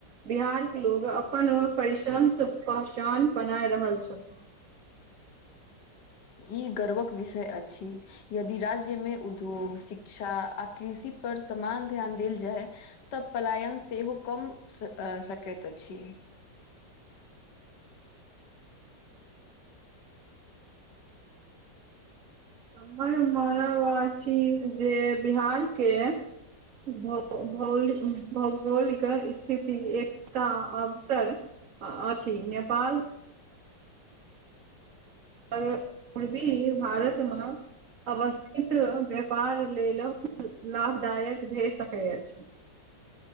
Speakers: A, on the right; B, on the left.
A: बिहार के लोग अपन परिश्रम सँ पहचान बना रहल छथि
B: ई गर्वक विषय अछि यदि राज्य मे उद्योग शिक्षा आ कृषि पर समान ध्यान देल जाय तऽ पलायन सेहो कम स सकैत अछि
A: हमर मानवा चिज जे बिहार के भौ भौलिक भौगोलिक स्थिति एक त अवसर अछि नेपाल अर् पूर्वी भारत म अवस्थित व्यापार लेल लाभदायक भए सकै अछि